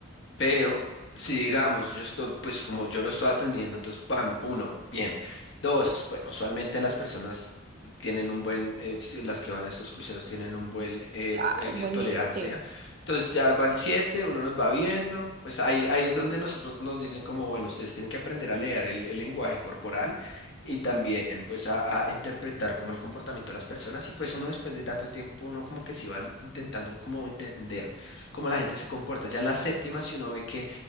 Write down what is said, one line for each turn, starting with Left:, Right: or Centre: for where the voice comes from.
Left: Pero si digamos, yo estoy, pues como yo lo estoy atendiendo, entonces, pam, uno, bien. Dos, bueno, usualmente las personas tienen un buen, eh, si- las que van a estos cruceros tienen un buen eh,
Right: claro,
Left: eh,
Right: un buen
Left: tolerancia.
Right: nivel, sí.
Left: Entonces ya van siete, uno los va viendo. Pues ahí, ahí es donde nosotros nos dicen como, bueno, ustedes tienen que aprender a leer el, el lenguaje corporal y también pues a, a interpretar como el comportamiento de las personas. Y pues uno después de tanto tiempo, uno como que se va intentando como entender cómo la gente se comporta. Ya en la séptima, si uno ve que